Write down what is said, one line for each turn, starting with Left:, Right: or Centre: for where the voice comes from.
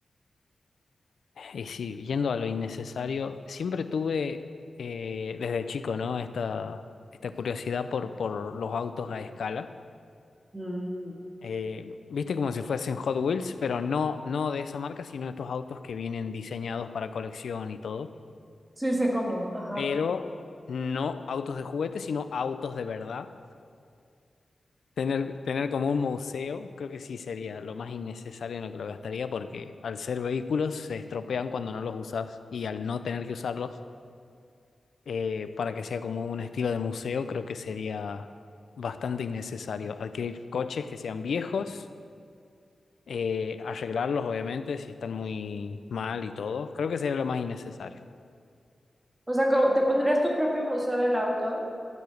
Left: Y sí, yendo a lo innecesario, siempre tuve eh, desde chico, ¿no? Esta, esta curiosidad por, por los autos a escala.
Right: Mm,
Left: Eh, viste como si fuesen Hot Wheels, pero no, no de esa marca, sino estos autos que vienen diseñados para colección y todo.
Right: Sí, sé cómo, ajá.
Left: Pero no autos de juguete, sino autos de verdad. Tener, tener como un museo, creo que sí sería lo más innecesario en lo que lo gastaría, porque al ser vehículos se estropean cuando no los usas y al no tener que usarlos eh, para que sea como un estilo de museo, creo que sería bastante innecesario. Adquirir coches que sean viejos, eh, arreglarlos obviamente si están muy mal y todo, creo que sería lo más innecesario.
Right: O sea, como- ¿te pondrías tu propio museo del auto?